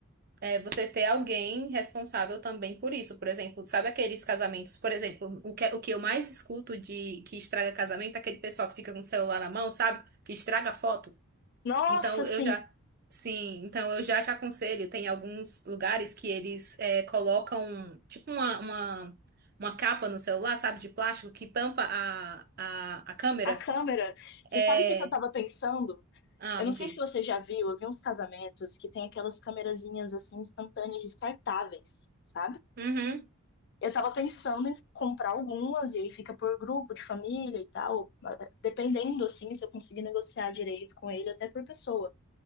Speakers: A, on the right; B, on the left.
A: é, você ter alguém responsável também por isso. Por exemplo, sabe aqueles casamentos, por exemplo, o que, o que eu mais escuto de que estraga casamento é aquele pessoal que fica com o celular na mão, sabe? Que estraga foto.
B: Nossa,
A: Então
B: assim,
A: eu já, sim, então eu já te aconselho, tem alguns lugares que eles é, colocam tipo uma, uma, uma capa no celular, sabe, de plástico que tampa a, a, a câmera.
B: A câmera. Você
A: É.
B: sabe o que que eu tava pensando?
A: Ah,
B: Eu
A: me
B: não sei
A: diz.
B: se você já viu, eu vi uns casamentos que tem aquelas câmerazinhas assim instantâneas descartáveis, sabe?
A: Uhum,
B: Eu tava pensando em comprar algumas e aí fica por grupo de família e tal, dependendo assim se eu conseguir negociar direito com ele até por pessoa.